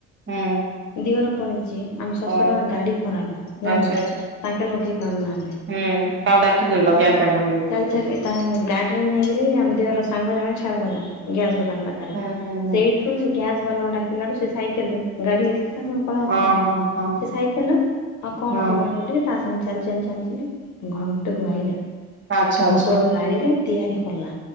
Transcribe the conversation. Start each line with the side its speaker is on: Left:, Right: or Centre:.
Right: ହୁଁ
Left: ଦିଅର ପଳେଇଚି ଆମେ ଶଶୁର
Right: ଓ
Left: ଗାଡି ଜାଣିଲୁ
Right: ଆଚ୍ଛା ଆଚ୍ଛା।
Left: ତାଙ୍କେ ଲଗେଇ ପାରୁନାହାନ୍ତି
Right: ହୁଁ କାହାକୁ ଡାକିଥିଲେ
Left: ତାପରେ
Right: ଲଗେଇବା ପାଇଁ କରିକି ହୁଁ
Left: ଚାଲି ଚାଲି ତାଙ୍କ ଗାଡ଼ିରେ ନେଇକିରି ଆମ ଦିଅର ସାଙ୍ଗ ଜଣେ ଛାଡ଼ିଦେଲା। ଗ୍ୟାସ୍ ଦୋକାନ ପାଖରେ
Right: ହୁଁ ହୁଁ ହୁଁ
Left: ସେଇଠୁରୁ ସେ ଗ୍ୟାସ୍ ବାଲାକୁ ଡାକିଲା ଠୁ ସେ ସାଇକେଲ ରୁ ଗାଡି <unintelligible> କାଳେ ଆସିଥାନ୍ତେ
Right: ହଁ ହଁ ହଁ।
Left: ସେ ସାଇକେଲର କଣ
Right: ହଁ
Left: କରିବା ବୋଲି ତା ସାଙ୍ଗେ ଚାଲି ଚାଲି ଚାଲି ଚାଲି ଘଣ୍ଟେ ଗୁଆଇଲେ
Right: ଆଚ୍ଛା
Left: ଘଣ୍ଟେ
Right: ଆଚ୍ଛା
Left: ଭଳିଆ ଗାଳିଲେ ତିଆରି କଲା